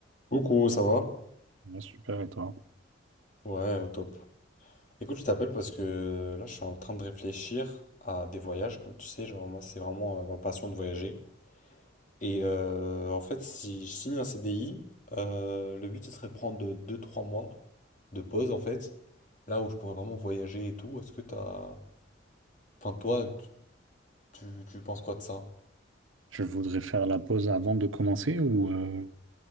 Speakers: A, on the left (about 40°); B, on the right (about 80°).
A: Coucou, ça va?
B: Ouais, super, et toi?
A: Ouais, au top. Écoute, je t'appelle parce que là, je suis en train de réfléchir à des voyages, comme tu sais, genre moi, c'est vraiment euh, ma passion de voyager. Et euh, en fait, si je signe un CDI, euh, le but, ce serait de prendre deux, trois mois de pause, en fait, là où je pourrais vraiment voyager et tout. Est-ce que t'as... Enfin, toi, tu, tu penses quoi de ça?
B: Tu voudrais faire la pause avant de commencer ou euh,